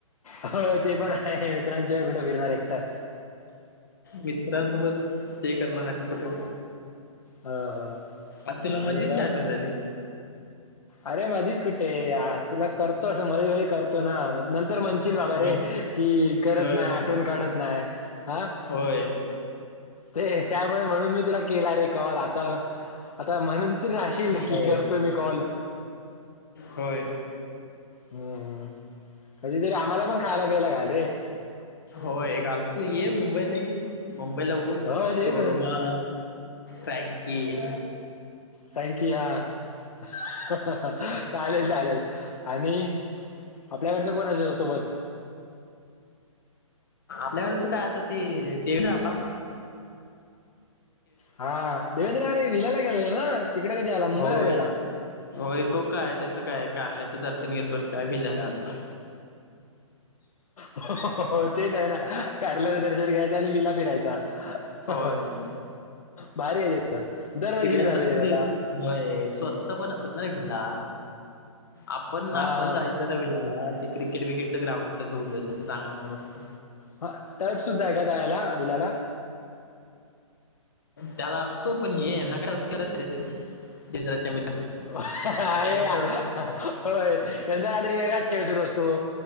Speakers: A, on the left (about 85°); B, on the left (about 40°).
A: आता ते पण आहे मित्रांशिवाय कुठे फिरणार एकटा?
B: मित्रांसोबत ते करणार नाही कुठे?
A: हो हो
B: आत्याला
A: आणि
B: मध्ये
A: बघ
B: साठवलेलं.
A: अरे मधीच कुठे तुला करतो असं मध्ये मध्ये करतो ना नंतर म्हणशील बाबा
B: होय.
A: रे कि करत
B: होय,
A: नाही आठवण काढत नाही हा.
B: होय.
A: ते त्यामुळे म्हणून मी तुला केला रे कॉल आता आता म्हणून त राहशील की
B: होय,
A: करतोय मी कॉल.
B: होय.
A: हम्म हम्म कधीतरी आम्हाला पण खायला पियला घाल रे.
B: होय घालतू ये मुंबईलाही मुंबईला बघू
A: हो
B: शोरमा
A: तेच म्हणतो
B: थॅँक यी.
A: संकी हा हहह हाह चालेल चालेल. आणि आपल्याकडचं कोणा आहे सोबत?
B: <unintelligible> काय आता ते देऊन <unintelligible>
A: हा देवेंद्र अरे विलाला गेला ना तिकडे कधी आला मुंबईला
B: होय,
A: कधी आला.
B: होय तो काय, त्याचं काय आहे. कारल्याचं दर्शन घेतो आणि काय विल्याला जातो.
A: हो हो तेच आहे ना कारल्याच दर्शन घ्या आणि वीला फिरायचा हाह.
B: होय
A: भारी आहे त्याच दरवर्षीच
B: तिकडेन
A: चालंय
B: कसं
A: त्याच आता.
B: तेच होय स्वस्त पण असतात ना रे भिला. आपण
A: हा
B: आपण जायचं ना विलाला ते क्रिकेट बिकेटचं ग्राउंडच होऊन जायचं चांगलं मस्त
A: हा तर्फ सुद्धा आहे का रायला विलाला
B: त्याला असतो पण हे ना काय <unintelligible> जंद्राच्या मित्रांना
A: हाह हाह
B: त्याने तर
A: हह अ होय यांचा रात्री वेगळाच खेळ सुरू अस तो.